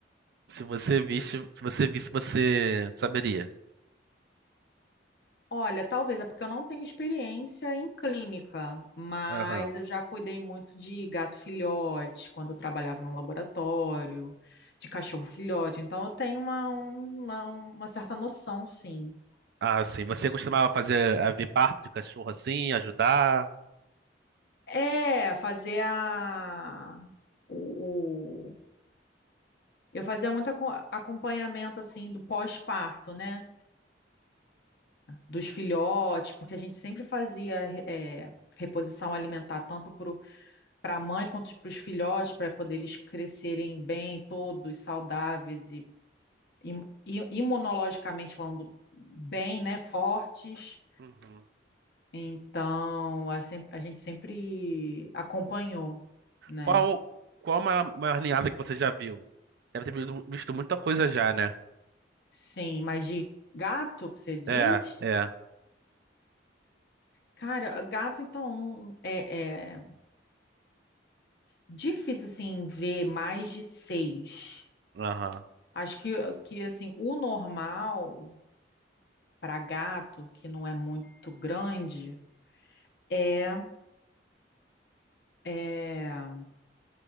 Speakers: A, on the right; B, on the left.
A: se você visse, se você visse, você saberia.
B: Olha, talvez é porque eu não tenho experiência em clínica, mas
A: Aham.
B: eu já cuidei muito de gato filhote quando eu trabalhava num laboratório, de cachorro filhote, então eu tenho uma, um- uma, uma certa noção, sim.
A: Ah, sim. Você costumava fazer a ver parto de cachorro assim, ajudar?
B: É, fazer a. O, o- eu fazia muito aco- acompanhamento, assim, do pós-parto, né? Dos filhotes, porque a gente sempre fazia é, reposição alimentar, tanto para para a mãe quanto para os filhotes, para poder eles crescerem bem, todos saudáveis e, im- i- imunologicamente falando bem, né, fortes.
A: Uhum.
B: Então, a, sem- a gente sempre acompanhou, né?
A: Qual, qual a maior, maior ninhada que você já viu? Deve ter visto, visto muita coisa já, né?
B: Sim, mas de gato que você diz?
A: É, é.
B: Cara, gato, então, não, é, é difícil, assim, ver mais de seis.
A: Aham.
B: Acho que, que assim, o normal para gato, que não é muito grande, é é,